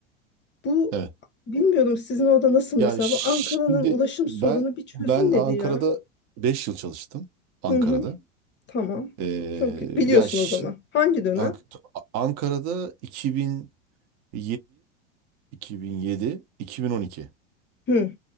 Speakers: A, on the left; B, on the right.
A: Bu
B: evet.
A: bilmiyorum sizin orada nasıl
B: Ya
A: mesela
B: şimdi
A: bu Ankara'nın ulaşım
B: ben
A: sorunu bir çözülmedi
B: ben Ankara'da
A: ya.
B: 5 yıl çalıştım. Ankara'da.
A: Hı hı. Tamam.
B: Ee,
A: Çok gü- biliyorsun
B: ya şi-
A: o zaman. Hangi dönem?
B: Ank- Ankara'da 2007 2007 2012
A: Hı.